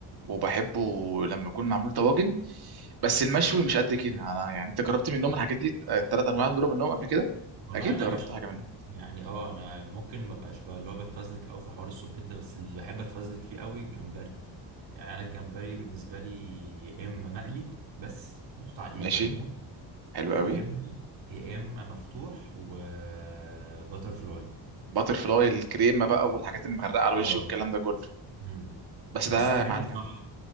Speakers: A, on the right; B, on the right.
A: وبحبه لما يكون معمول طواجن بس المشوي مش قد كده انا يعني انت جربت منهم الحاجات دي الثلاث انواع دول منهم قبل كده
B: والله
A: اكيد
B: انا
A: جربت
B: مش
A: حاجه منهم
B: يعني اه انا ممكن ما بقاش بقى اللي هو بتفزلك قوي في حوار الصبيط ده بس اللي بحب اتفزلك فيه قوي الجمبري يعني انا الجمبري بالنسبه لي يا اما مقلي بس محطوط عليه
A: ماشي
B: كمون
A: حلو قوي
B: يا اما يا اما مفتوح وباتر فلاي
A: باتر فلاي الكريمه بقى والحاجات المغرقه على الوش
B: اه
A: والكلام ده كله
B: مم.
A: بس
B: بس
A: ده
B: تتعمل
A: يا معلم
B: صح